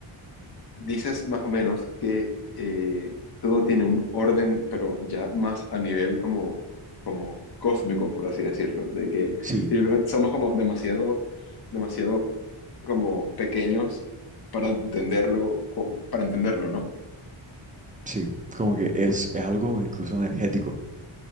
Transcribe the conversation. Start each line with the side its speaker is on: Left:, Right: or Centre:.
Left: Dices más o menos que eh, todo tiene un orden, pero ya más a nivel como, como cósmico, por así decirlo, de que
Right: Sí,
Left: simplemente somos como demasiado, demasiado como pequeños para entenderlo, co- para entenderlo, ¿no?
Right: sí, como que es, es algo incluso energético.